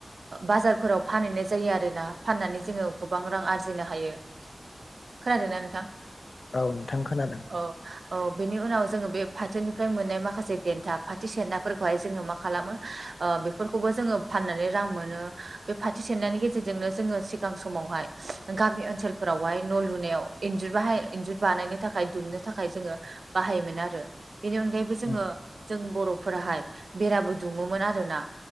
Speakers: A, on the right; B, on the left.
A: बाजारफोराव फानहैनाय जायो आरोना फाननानै जोंङो गोबां रां आरजिायो बुजिनो हायो खोनादोंना नोंथां
B: औ नोंथां खोनादों।
A: औ औ बेनि उनाव जोंङो बे फाथोनिफ्राय मोननाय माखासे देन्था फाथो सेरनाफोरखौहाय जोंङो मा खालामो बेफोरखौबो जोंङो फाननानै रां मोनो बे फथि सेरनायनि गेजेरजोंनो जोंङो सिगां समावहाय गामि ओनसोलफोरावहाय न' लुनायाव इन्जुर बाहाय इन्जुर बानायनो थाखाय दुमनो थाखाय जोंङो बाहायोमोन आरो बेनि अनगायै जोंङो
B: उम
A: जों बर'फोराहाय बेराबो दुमोमोन आरोना